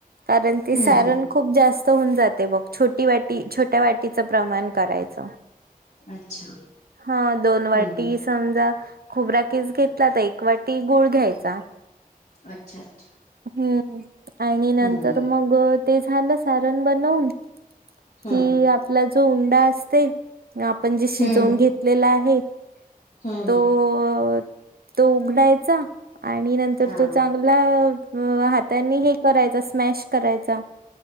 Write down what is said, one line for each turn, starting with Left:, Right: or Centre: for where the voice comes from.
Right: कारण ते
Left: हम्म
Right: सारण
Left: हम्म
Right: खूप जास्त होऊन जाते मग छोटी वाटी छोट्या वाटीचं, प्रमाण करायचं.
Left: अच्छा
Right: हा दोन वाटी
Left: हम्म
Right: किस खोबरा किस घेतला, तर एक वाटी गुळ घ्यायचा‌.
Left: अच्छा अच्छा!
Right: हम्म, आणि नंतर
Left: हम्म
Right: मग ते झालं सारण बनवून,
Left: हम्म
Right: कि आपला जो उंडा असते. आपण जे शिजवून
Left: हम्म
Right: घेतलेला आहे.
Left: हम्म
Right: तो,
Left: हम्म
Right: तो उघडायचा. आणि नंतर
Left: हा
Right: तो चांगला हातानी हे करायचा, स्मॅश करायचा.